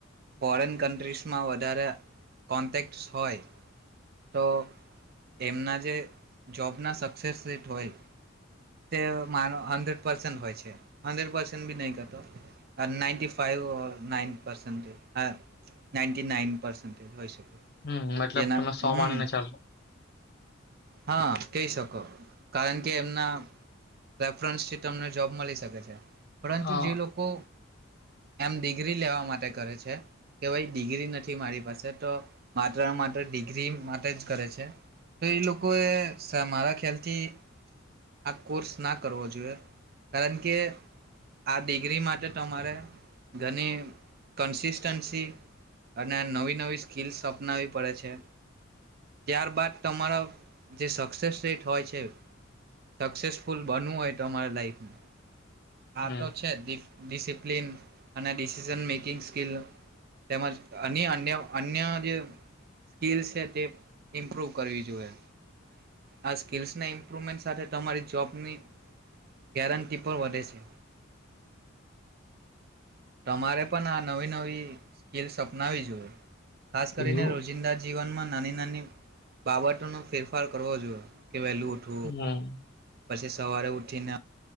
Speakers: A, on the right (about 50°); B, on the left (about 55°).
A: ફોરેન કન્ટ્રીસમાં વધારે કોન્ટેક્ટસ હોય તો એમના જે જોબના સક્સેસ રેટ હોય તે મારો હન્ડ્રેડ પર્સેન્ટ હોય છે હન્ડ્રેડ પર્સેન્ટ બી નહીં કરતો નાઈન્ટી ફાઇવ નાઇન પર્સન્ટેજ હ નાઇન્ટી નાઈન પર્સન્ટેજ હોય શકે.
B: હમ્મ મતલબ
A: જેના
B: ત સાોમાન્યને
A: હમ
B: ચાલ
A: હા કહી શકો કારણ કે એમના રેફરન્સથી તમને જોબ મળી શકે છે. પરંતુ
B: હા
A: જે લોકો એમ ડિગ્રી લેવા માટે કરે છે કે ભાઈ ડિગ્રી નથી મારી પાસે તો માત્ર ને માત્ર ડિગ્રી માટે જ કરે છે. તો એ લોકોએ મારા ખ્યાલથી આ કોર્સ ના કરવો જોઈએ કારણ કે આ ડિગ્રી માટે તમારે ઘણી કન્સિસ્ટન્સી અને નવી નવી સ્કિલ્સ અપનાવી પડે છે ત્યારબાદ તમારા જે સક્સેસ રેટ હોય છે સક્સેસફુલ બનવું હોય તમારા લાઈફમાં હા
B: હમ
A: તો છે દી ડિસિપ્લિન અને ડિસિઝન મેકિંગ સ્કીિલ તેમજ અન્ય અન્ય અન્ય જે સ્કલસ છે તે ઇમ્પ્રૂવ કરવી જોઈએ આ સ્કિલ ની સાથે તમારી જોબ ની ગેરંટી વધે છે તમારે પણ આ નવી નવીનાવી જોઈએ. ખાસ કરીને
B: એવું
A: રોજિંદા જીવનમાં નાની નાની બાબતોનો ફેરફાર કરવો જોઈએ. કે વેલું ઉઠો.
B: હમ
A: પછી સવારે ઉઠીને